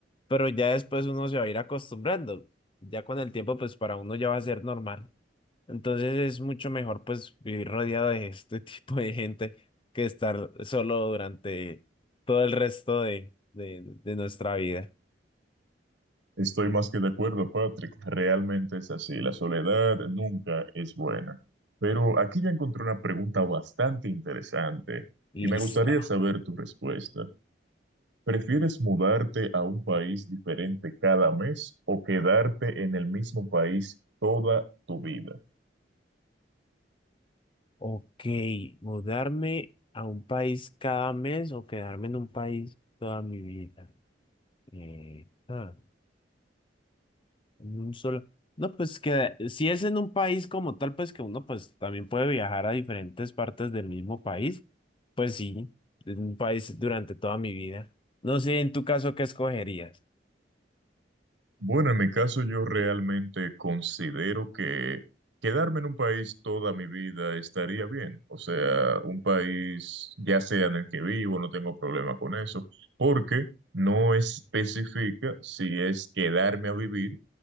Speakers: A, on the left; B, on the right.
A: pero ya después uno se va a ir acostumbrando. Ya con el tiempo, pues para uno ya va a ser normal. Entonces es mucho mejor pues vivir rodeado de este <laughs> tipo de gente que estar solo durante todo el resto de, de, de nuestra vida.
B: Estoy más que de acuerdo, Patrick. Realmente es así. La soledad nunca es buena. Pero aquí ya encontré una pregunta bastante interesante
A: Listo.
B: y me gustaría saber tu respuesta. ¿Prefieres mudarte a un país diferente cada mes o quedarte en el mismo país toda tu vida?
A: Ok, mudarme a un país cada mes o quedarme en un país toda mi vida. Eh, ah. En un solo. No, pues que si es en un país como tal, pues que uno pues también puede viajar a diferentes partes del mismo país. Pues sí, en un país durante toda mi vida. No sé, en tu caso, ¿qué escogerías?
B: Bueno, en mi caso yo realmente considero que quedarme en un país toda mi vida estaría bien. O sea, un país ya sea en el que vivo, no tengo problema con eso, porque no especifica si es quedarme a vivir